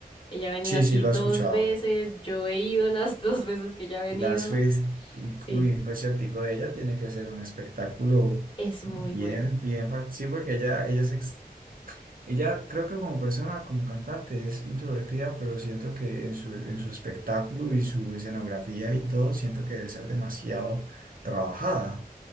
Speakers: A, on the left (about 30°); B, on the right (about 65°).
A: Ella ha venido
B: Sí,
A: aquí
B: sí, lo
A: dos
B: he escuchado.
A: veces, yo he ido las <laughs> dos veces que ella ha venido.
B: Das Fest, y-
A: Sí,
B: uy, un conciertico de ella tiene que ser un espectáculo
A: es muy
B: bien,
A: bueno.
B: bien, fuerte. sí, porque ella, ella es ex- ella creo que como persona, como cantante es introvertida, pero siento que en su, en su espectáculo y su escenografía y todo, siento que debe ser demasiado trabajada.